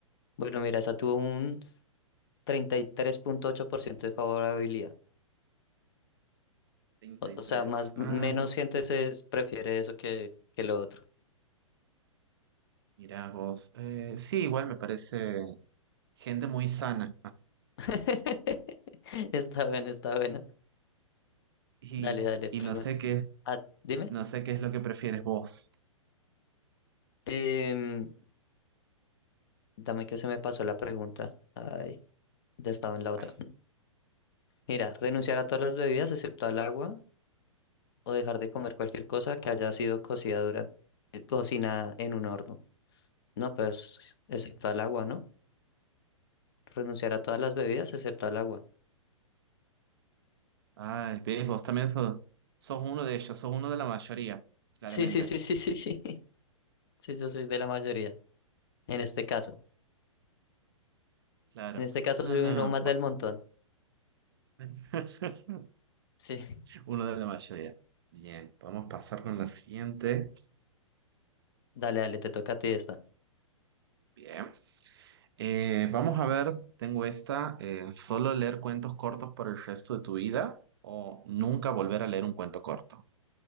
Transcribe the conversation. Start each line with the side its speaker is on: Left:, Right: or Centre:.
Left: Bueno, mira, esa tuvo un treinta y tres punto ocho por ciento de favorabilidad.
Right: Treinta
Left: O,
Right: y
Left: o sea,
Right: tres.
Left: más, menos
Right: Ah,
Left: gente se s- prefiere eso que, que lo otro.
Right: mira vos. Eh, sí, igual me parece gente muy sana.
Left: <laughs> Está bueno, está bueno.
Right: Y,
Left: Dale, dale, pregunta.
Right: y no sé qué,
Left: Ah, dime.
Right: no sé qué es lo que prefieres vos.
Left: Em, dame que se me pasó la pregunta. Ay, ya estaba en la
Right: Ay,
Left: otra. <laughs> Mira, renunciar a todas las bebidas excepto al agua o dejar de comer cualquier cosa que haya sido cocida durante, cocinada en un horno. No, pues, excepto al agua, ¿no? Renunciar a todas las bebidas excepto al agua.
Right: Ay, ves, vos también sos, sos uno de ellos, sos uno de la mayoría, claramente.
Left: Sí, sí, sí, sí, sí, sí. <laughs> Sí, yo soy de la mayoría. En este caso.
Right: Claro.
Left: En este caso
Right: No,
Left: soy uno
Right: no.
Left: más
Right: Bueno.
Left: del montón.
Right: <laughs>
Left: Sí.
Right: Uno de la mayoría. Bien, vamos a pasar con la siguiente.
Left: Dale, dale, te toca a ti esta.
Right: Bien. Eh, vamos a ver, tengo esta, eh, solo leer cuentos cortos por el resto de tu vida o nunca volver a leer un cuento corto.